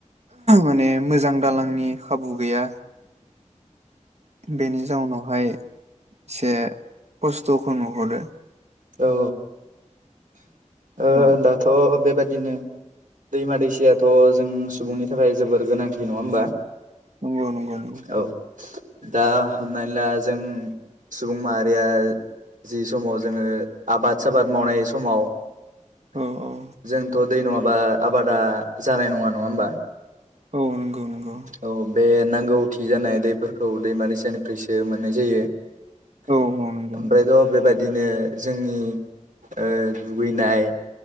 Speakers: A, on the right; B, on the right.
A: माने मोजां दालांनि खाबु गैया बेनि जाउनावहाय से खस्थ' खो नुहरो
B: औ ओ
A: औ
B: दाथ' बेबायादि बिदिनो दैमा दैसायथ' जों सुबुंनि थाखाय जोबोर गोनांथि नङा होमबा
A: नंगौ नंगौ नोंगौ।
B: औ दा हमनानै ला जों सुबुं माहारिया जि समाव जोङो आबाद साबाद मावनाय समाव
A: औ औ
B: जोंथ' दै नङाबा आबादा जानाय नङा नङा होमबा।
A: औ नंगौ नंगौ
B: औ बे नांगौथि जानाय दैफोरखौ दैमा दैसानिफ्रायसो मोननाय जायो।
A: औ औ नंगौ
B: ओमफ्रायथ' बेबायदिनो जोंनि ओ दुैनाय